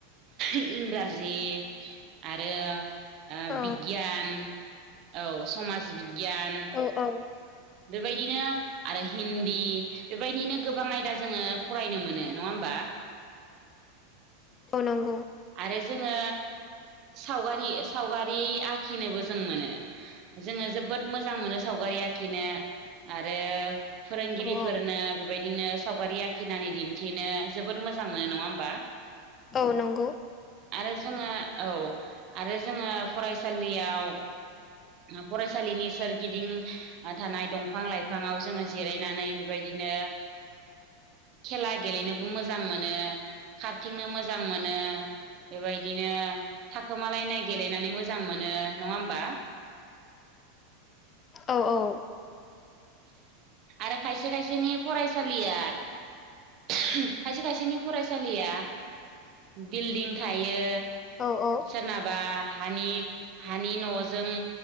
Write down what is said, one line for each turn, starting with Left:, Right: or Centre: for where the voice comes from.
Right: इंराजि जि आरो
Left: औ
Right: बिगियान औ समाज बिगियान
Left: औ औ
Right: बेबायदिनो आरो हिन्दी बेबायदिनो गोबां आयदा जोङो फरायनो मोनो नङा होमबा
Left: नंगौ
Right: आरो जोङो सावगारि सावगारि आखिनोबो जों मोनो जोङो जोबोद मोजां मोनो सावगारि आखिनो आरो फोरोंगिरिफोरनो
Left: औ औ
Right: बेबायदिनो सावगारि आखिनानै दिन्थिनो जोोबद मोजां मोनो नङा होमबा
Left: औ नंगौ
Right: आरो जोङो औ आरो जोङो फरायसालियाव फरायसालिनि सोरगिदिं थानाय दंफां लाइफाङाव जोङो जिरायनानै बेबायदिनो खेला गेलेनोबो मोजां मोनो खारथिंनो मोजां मोनो बेबायदिनो थाखोमालायनाय गेलेनानै मोजां मोनो नङा होमबा
Left: औ औ।
Right: आरो खायसे खायसेनि फरायसालिया खायसे खायसेनि फरायसालिया बिल्डिं थायो
Left: औ औ।
Right: सोरनाबा हानि हानि न'जों